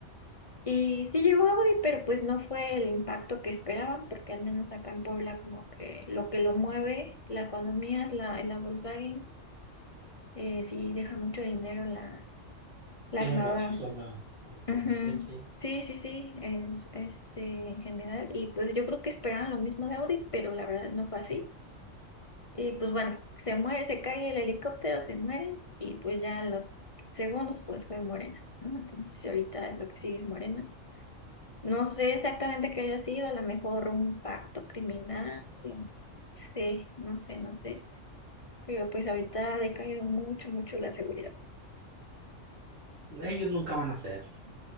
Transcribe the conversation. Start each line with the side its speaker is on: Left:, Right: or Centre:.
Left: Y sí llegó hoy, pero pues no fue el impacto que esperaban, porque al menos acá en Puebla como que lo que lo mueve la economía es la, la Volkswagen, eh, sí deja mucho dinero la, la
Right: Sí,
Left: armadora.
Right: a la, o sea, a la, a la población,
Left: Ujú.
Right: sí.
Left: Sí, sí, sí, es- este, en general. Y pues yo creo que esperaban lo mismo de Audi, pero la verdad no fue así. Y pues bueno, se muere, se cae el helicóptero, se mueren y pues ya los segundos pues fue Morena, ¿no? Entonces ahorita lo que sigue es Morena. No sé exactamente qué haya sido, a lo mejor un pacto criminal, o- sí, no sé, no sé. Pero pues ahorita ha decaído mucho, mucho la seguridad.
Right: Ellos nunca van a ser. O